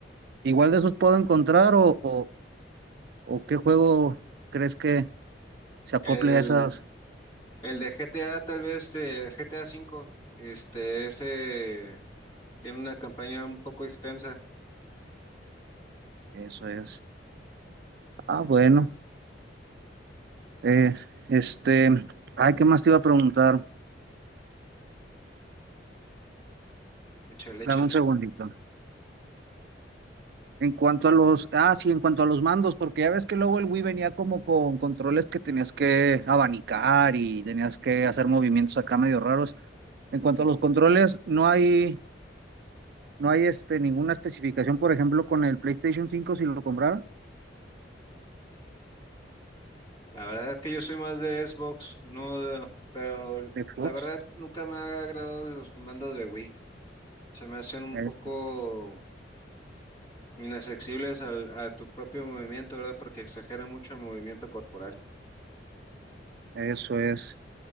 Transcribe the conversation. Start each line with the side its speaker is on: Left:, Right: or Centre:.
Right: igual de esos puedo encontrar o, o, o qué juego crees que se acople
Left: El,
Right: a esas.
Left: el de GTA, tal vez, de GTA cinco este, ese tiene una campaña un poco extensa.
Right: Eso es. Ah, bueno. Eh, este, ay, ¿qué más te iba a preguntar?
Left: Échale, échale.
Right: Dame un segundito. En cuanto a los, ah, sí, en cuanto a los mandos, porque ya ves que luego el Wii venía como con controles que tenías que abanicar y tenías que hacer movimientos acá medio raros. En cuanto a los controles, no hay, no hay este, ninguna especificación, por ejemplo, con el PlayStation cinco si lo comprara,
Left: La verdad es que yo soy más de Xbox, no, de- pero
Right: Xbox.
Left: la verdad nunca me ha agradado los mandos de Wii. Se me hacen un
Right: Eh,
Left: poco inaccesibles al, a tu propio movimiento, ¿verdad? Porque exagera mucho el movimiento corporal.
Right: eso es.